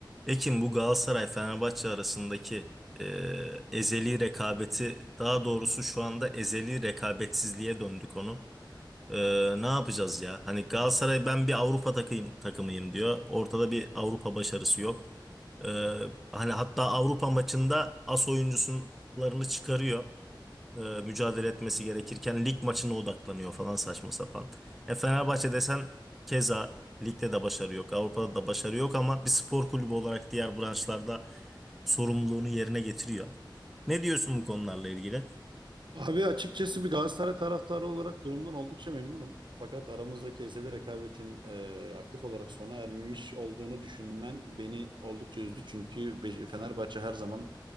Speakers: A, in the centre; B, on the right.
A: Ekin bu Galatasaray-Fenerbahçe arasındaki eee, ezeli rekabeti daha doğrusu şu anda ezeli rekabetsizliğe döndü konu. Eee, ne yapacağız ya? Hani Galatasaray ben bir Avrupa takıyım, takımıyım diyor. Ortada bir Avrupa başarısı yok. Eee, hani hatta Avrupa maçında as oyuncularını çıkarıyor e, mücadele etmesi gerekirken lig maçına odaklanıyor falan saçma sapan. E, Fenerbahçe desen keza ligde de başarı yok, Avrupa'da da başarı yok ama bir spor kulübü olarak diğer branşlarda sorumluluğunu yerine getiriyor. Ne diyorsun bu konularla ilgili?
B: Abi açıkçası bir Galatasaray taraftarı olarak durumdan oldukça memnunum. Fakat aramızdaki ezeli rekabetin e, aktif olarak sona ermiş olduğunu düşünmen beni oldukça üzdü. Çünkü Be- Fenerbahçe her zaman